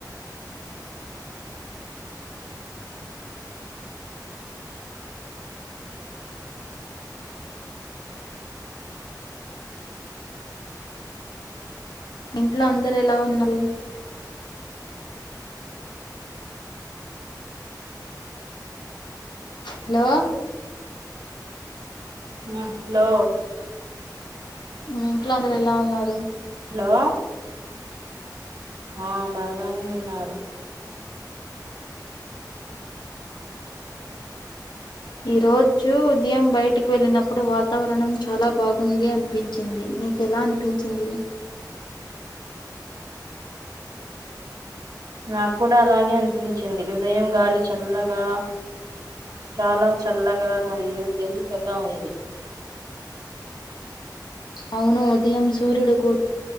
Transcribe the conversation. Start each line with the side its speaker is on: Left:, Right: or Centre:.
Left: ఇంట్లో అందరు ఎలా ఉన్నారు హలో
Right: హలో
Left: మీ ఇంట్లో అందరు ఎలా ఉన్నారు
Right: హలో ఆ బాగానే ఉన్నారు
Left: ఈ రోజు ఉదయం బయటికి వెళ్ళినప్పుడు వాతావరణం చాలా బాగుంది అనిపించింది నీకెలా అనిపించింది
Right: నాకు కూడా అలాగే అనిపించింది ఉదయం గాలి చల్లగా చాలా చల్లగా మరియు తేలికగా ఉంది
Left: అవును ఉదయం సూర్యుడు కూ